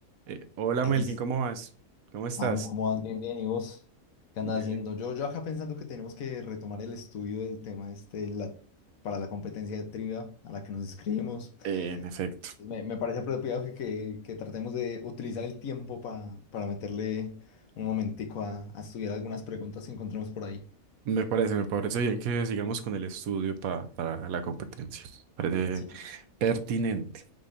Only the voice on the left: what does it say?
Hey,
Samu, ¿cómo vas? Bien, bien. ¿Y vos? ¿Qué andas
haciendo? Yo, yo acá pensando que tenemos que retomar el estudio del tema este, la, para la competencia de trivia a la que nos inscribimos.
Entonces, Me, me parece apropiado que, que, que tratemos de utilizar el tiempo pa- para meterle un momentico a, a estudiar algunas preguntas que encontremos por ahí.
Sí, sí.